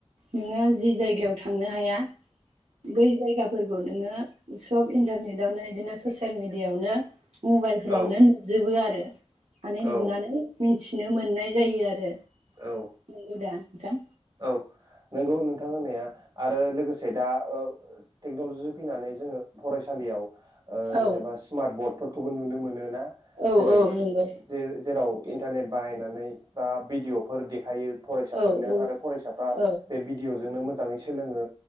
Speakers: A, on the right (about 70°); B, on the right (about 40°).
A: नोङो जि जायगायाव थांनो हाया। बै जायगाफोर खौ नोङो सब इन्टारनेटावनो इदिनो ससियेल मिडियाआवनो मबाइलफोरावनो
B: औ
A: नुजोबो आरो। माने नुनानै
B: औ
A: मि थिनो मोननाय जायो आरो।
B: औ
A: नोंगौ दा। नोंथां
B: औ नंगौ नोंथां होननाया आरो लोगोसे दा ओ टेक्नलजिजों फैनानै जोङो फरायसालियाव ओ
A: औ
B: जेनेबा स्मार्ट बर्डफोर खौबो नुनो मोनो ना।
A: औ
B: जेरै
A: औ नंगौ
B: जे जेराव इन्टारनेट बाहायनानै बा भिडिअ फोर देखायो। फरायसाफोरनो
A: औ औ
B: आरो फरायसाफ्रा
A: औ
B: बे भिडिअ जोंनो मोज मोजाङै सोलोङो